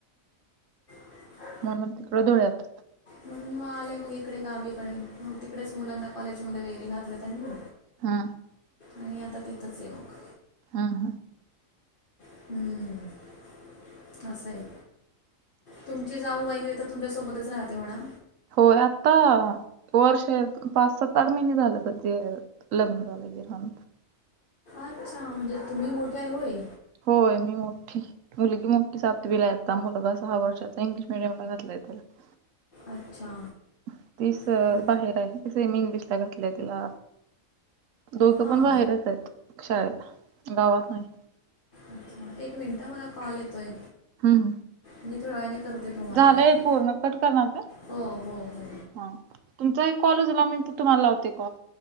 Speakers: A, on the left; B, on the right.
A: <inaudible>
B: म्हणून तिकडं धुळ्यात
A: मग मग आले मग इकडे गावीकडे मग तिकडेच मुलांना कॉलेजमध्ये वगैरे घातलं त्यांना
B: हम्म
A: आणि आता तिथंच आहे मग
B: हम्म हम्म
A: हम्म असं आहे तुमची जाऊ वगैरे तर तुमच्यासोबतच राहते म्हणा
B: होय आता वर्ष पाच सता आठ महिने झालं तर जे लग्न होऊन
A: अच्छा म्हणजे तुम्ही मोठ्या आहे होय
B: होय मी मोठी मुलगी मोठी सातवीला आहे मुलगा सहा वर्षाचा इंग्लिश मिडियमला घातला आहे त्याला
A: अच्छा
B: तीच
A: ओके
B: बाहेर आहे सेमी इंग्लिशला घातलंय तिला दोघं
A: हां
B: पण बाहेरच आहेत शाळेला गावात नाही
A: अच्छा एक मिनिटं मला कॉल येतोय
B: हम्म हम्म
A: मी थोड्या वेळाने करते तुम्हाला
B: झालंय
A: हम्म
B: पूर्ण कट करणार का
A: हो हो हो
B: हा तुमचा एक कॉल उचला मी तुम्हाला लावते काॅल